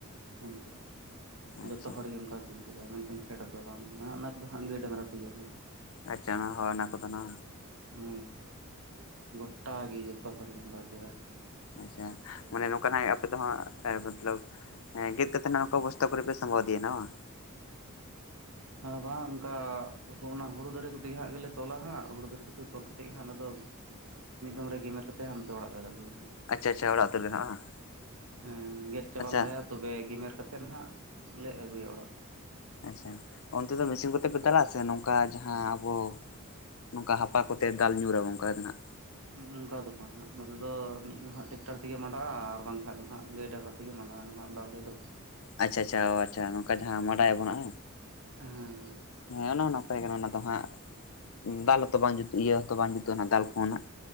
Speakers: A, on the right; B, on the left.
A: ᱚᱱᱠᱟ
B: ᱟᱪᱪᱷᱟ
A: ᱡᱚᱛᱚ ᱦᱚᱲ ᱜᱮ ᱚᱱᱠᱟ <unintelligible> ᱢᱮᱱᱠᱷᱟᱱ ᱯᱷᱮᱰ ᱫᱚ ᱵᱟᱝ ᱱᱟ ᱚᱱᱟ ᱠᱚᱫᱚ ᱦᱟᱸᱜ ᱜᱟᱹᱭ ᱰᱟᱝᱨᱟ ᱠᱚ ᱡᱚᱢᱟ᱾
B: ᱟᱪᱪᱷᱟ ᱦᱳᱭ ᱚᱱᱟ ᱠᱚᱫᱚ ᱱᱟ
A: ᱦᱳᱭ ᱜᱚᱴᱟ ᱜᱮ ᱡᱚᱛᱚ ᱦᱚᱲ ᱜᱮᱢ ᱨᱟᱜ ᱠᱮᱫᱟ
B: ᱟᱪᱪᱷᱟ ᱢᱟᱱᱮ ᱱᱚᱝᱠᱟᱱᱟᱜ ᱟᱯᱮ ᱫᱚ ᱦᱟᱸᱜ ᱢᱚᱛᱞᱚᱵ ᱦᱮᱸ ᱜᱮᱫ ᱠᱟᱛᱮ ᱦᱟᱜ ᱵᱚᱥᱛᱛᱟ ᱠᱚᱨᱮ ᱯᱮ ᱥᱚᱢᱵᱷᱟᱣ ᱤᱫᱤᱭᱟ ᱵᱟᱝ
A: ᱟᱨᱮ ᱵᱟᱝ ᱚᱱᱠᱟ ᱚᱱᱟ ᱦᱩᱲᱩ ᱫᱟᱨᱮ ᱠᱚᱛᱮ ᱜᱮᱞᱮ ᱛᱚᱞᱟ ᱦᱟᱸᱜ ᱦᱩᱲᱩ ᱫᱟᱨᱮ ᱠᱚᱛᱮ ᱛᱚᱞ ᱠᱟᱛᱮᱫ ᱦᱟᱸᱜ ᱚᱱᱟ ᱫᱚ ᱢᱤᱫ ᱫᱚᱢ ᱨᱮ ᱜᱮᱢᱮᱨ ᱠᱟᱛᱮ ᱦᱟᱱᱛᱮ ᱚᱲᱟᱜ ᱜᱮᱞ ᱟᱹᱜᱩᱭᱟ ᱦᱟᱸᱜ
B: ᱟᱪᱪᱷᱟ ᱟᱪᱪᱷᱟ ᱚᱲᱟᱜ ᱯᱮ ᱵᱮᱱᱟᱣ ᱟ ᱵᱟᱝ
A: ᱦᱮᱸ ᱜᱮᱫ ᱪᱟᱵᱟ
B: ᱟᱪᱪᱷᱟ
A: ᱞᱟᱦᱟᱭᱟ ᱛᱚᱵᱮ ᱜᱮᱢᱮᱨ ᱠᱟᱛᱮᱫ ᱦᱟᱜ ᱞᱮ ᱟᱹᱜᱩᱭᱟ ᱚᱲᱟᱜ
B: ᱟᱪᱪᱷᱟ ᱚᱱᱛᱮ ᱫᱚ ᱢᱮᱥᱤᱱ ᱠᱚᱛᱮ ᱯᱮ ᱫᱟᱞᱞᱟᱼᱟ ᱥᱮ ᱱᱚᱝᱠᱟ ᱡᱟᱦᱟᱸ ᱟᱵᱚ ᱱᱚᱝᱠᱟ ᱦᱟᱯᱟ ᱠᱚᱛᱮ ᱫᱟᱞ ᱧᱩᱨᱟᱵᱚᱱ ᱚᱱᱠᱟ ᱫᱚ ᱱᱟᱜ
A: ᱚᱱᱠᱟ ᱫᱚ ᱵᱟᱝ ᱦᱟᱜ ᱱᱚᱛᱮ ᱫᱚ ᱢᱤᱫ ᱫᱚ ᱦᱟᱜ ᱴᱮᱠᱴᱟᱨ ᱛᱮᱜᱮ ᱢᱟᱰᱟᱜᱼᱟ ᱟᱨ ᱵᱟᱝᱠᱷᱟᱱ ᱫᱚ ᱜᱟᱹᱭ ᱰᱟᱝᱨᱟ ᱛᱮᱜᱮ ᱢᱟᱸᱰᱟ ᱨᱮᱱᱟᱜ ᱵᱟᱫᱮ ᱫᱚ
B: ᱟᱪᱪᱷᱟ ᱟᱪᱪᱷᱟ ᱚ ᱟᱪᱪᱷᱟ ᱱᱚᱝᱠᱟ ᱡᱟᱦᱟᱸ ᱵᱟᱰᱟᱭᱟᱵᱚ ᱦᱮᱸ
A: ᱵᱟᱝ
B: ᱚᱱᱮ ᱚᱱᱟ ᱛᱟᱦᱮᱸ ᱠᱟᱱᱟ ᱚᱱᱟ ᱫᱚ ᱦᱟᱸᱜ ᱫᱟᱞ ᱦᱚᱛᱚ ᱵᱟᱝ ᱡᱩᱛᱩᱜ ᱤᱭᱟᱹ ᱦᱚᱸᱛᱚ ᱵᱟᱝ ᱡᱩᱛᱩᱜᱼᱟ ᱫᱟᱞ ᱠᱚᱦᱚᱱᱟᱜ